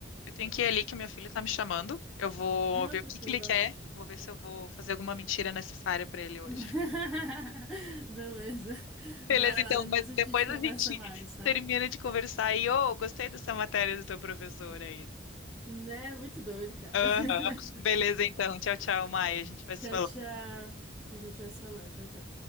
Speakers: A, on the left; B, in the centre.
A: Eu tenho que ir ali que meu filho tá me chamando. Eu vou
B: <laughs> Não,
A: ver
B: tranquilo,
A: o que que ele
B: vai
A: quer.
B: lá.
A: Vou ver se eu vou fazer alguma mentira necessária pra ele
B: <laughs>
A: hoje. <laughs>
B: Beleza.
A: Beleza,
B: Vai
A: então,
B: lá, depois
A: mas depois
B: a gente conversa
A: a gente
B: mais, tá?
A: termina de conversar e, ô, gostei dessa matéria do teu professor aí.
B: Né? Muito doido, cara.
A: Aham.
B: <laughs>
A: Beleza, então. Tchau, tchau, Maia. A gente vai se
B: Tchau,
A: falando.
B: tchau. A gente vai se falando. Tchau, tchau.